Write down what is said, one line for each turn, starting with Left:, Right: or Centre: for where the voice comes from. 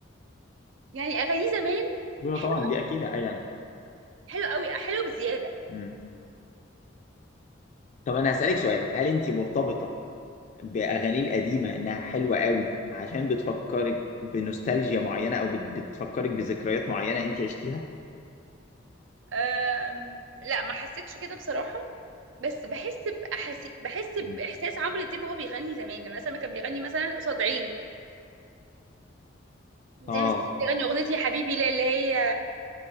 Right: يعني أغانيه زمان
Left: دول
Right: حلو
Left: طبعا دي اكيد آه يعني
Right: حلو قوي حلو بزيادة
Left: مم. طب انا هسالك سؤال هل انت مرتبطه باغاني القديمه انها حلوه قوي عشان بتفكرك بنوستالجيا معينه او بت- بتفكرك بذكريات معينه انت عشتيها
Right: أم لا ما حسيتش كده بصراحة بس بحس بأحاسي بحس
Left: مم.
Right: بإحساس عمرو دياب وهو بيغني زمان لما مثلا كان بيغني مثلا قصاد عيني زي
Left: اه
Right: مثلا كان بيغني أغنية يا حبيبي لا اللي هي